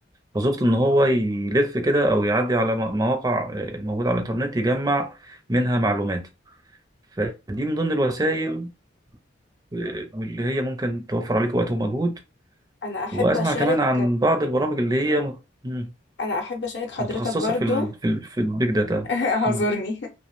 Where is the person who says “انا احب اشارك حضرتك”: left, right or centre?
Left